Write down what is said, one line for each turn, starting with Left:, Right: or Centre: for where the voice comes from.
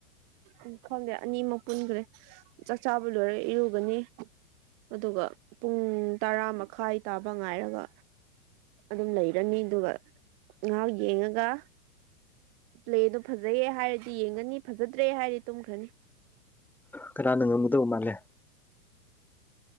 Right: ꯎꯝ ꯈꯪꯗꯦ ꯑꯅꯤꯃꯛ ꯀꯨꯟꯈꯔꯦ ꯆꯥꯛꯆꯥꯥꯕ ꯂꯣꯏꯔ ꯏꯔꯨꯒꯅꯤ ꯑꯗꯨꯒ ꯄꯨꯡ ꯇꯔꯥ ꯃꯈꯥꯏ ꯇꯥꯕ ꯉꯥꯏꯔꯒ ꯑꯗꯨꯝ ꯂꯩꯔꯅꯤ ꯑꯗꯨꯒ ꯉꯍꯥꯛ ꯌꯦꯡꯉꯒ ꯄ꯭ꯂꯦꯗꯣ ꯐꯖꯩꯌꯦꯦ ꯍꯥꯏꯔꯗꯤ ꯌꯦꯡꯒꯅꯤ ꯐꯖꯗ꯭ꯔꯦ ꯍꯥꯏꯔꯗꯤ ꯇꯨꯝꯈ꯭ꯔꯅꯤ
Centre: ꯈꯔꯅꯥ ꯅ ꯑꯃꯕꯨꯨꯗꯧ ꯃꯥꯂꯦ